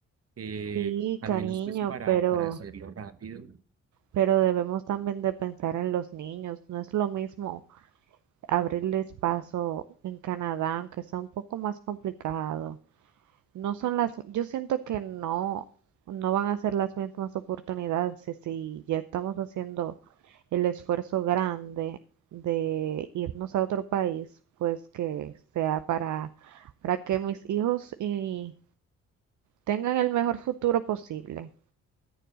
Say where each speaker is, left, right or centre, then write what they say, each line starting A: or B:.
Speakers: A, on the right; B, on the right.
A: eh,
B: Sí,
A: al
B: cariño,
A: menos pues para,
B: pero,
A: para hacerlo rápido.
B: pero debemos también de pensar en los niños. No es lo mismo abrirles paso en Canadá, aunque sea un poco más complicado. No son las, yo siento que no, no van a ser las mismas oportunidades si, si ya estamos haciendo el esfuerzo grande de irnos a otro país, pues que sea para, para que mis hijos y tengan el mejor futuro posible.